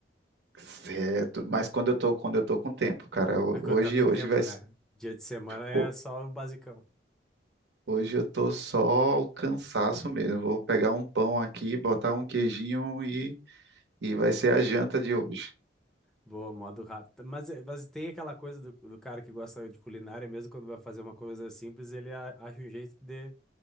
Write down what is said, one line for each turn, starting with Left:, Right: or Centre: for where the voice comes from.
Right: Certo. Mas quando eu tô, quando eu tô com tempo, cara, ho-
Centre: É quando
Right: hoje
Centre: tá com o
Right: hoje
Centre: tempo,
Right: vai
Centre: né?
Right: ser-
Centre: Dia de semana é
Right: ho-
Centre: só o basicão.
Right: hoje eu tô só o cansaço mesmo. Vou pegar um pão aqui, botar um queijinho e e vai ser a janta de hoje.
Centre: Boa, modo rápido. Mas, é- mas tem aquela coisa do, do cara que gosta de culinária, mesmo quando vai fazer uma coisa simples, ele a- acha um jeito de,